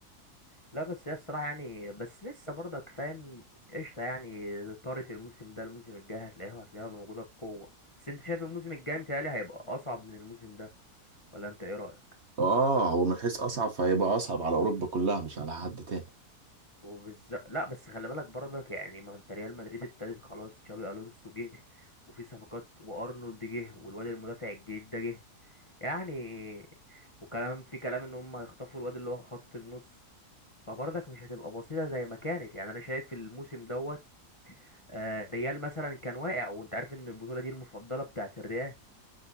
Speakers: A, on the left; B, on the right.
A: لا بس هي الصراحة يعني بس لسه برضك فاهم قشطة يعني طارت الموسم ده الموسم الجاي هتلاقيها هتلاقيها موجودة بقوة بس انت شايف الموسم الجاي متهيألي هيبقى اصعب من الموسم ده ولا انت ايه رأيك؟
B: اه هو من حيث اصعب فهيبقى اصعب على اوروبا كلها مش على حد تاني
A: وبالظبط لا بس خلي بالك برضك يعني ما انت ريال مدريد ابتدت خلاص تشابي الونسو جه وفي صفقات وارنولد جه والواد المدافع الجديد ده جه يعني وكلام في كلام ان هم هيخطفوا الواد اللي هو خط النص فبرضك مش هتبقى بسيطه زي ما كانت يعني انا شايف الموسم دوت آه، ريال مثلا كان واقع وانت عارف ان البطوله دي المفضله بتاعت الريال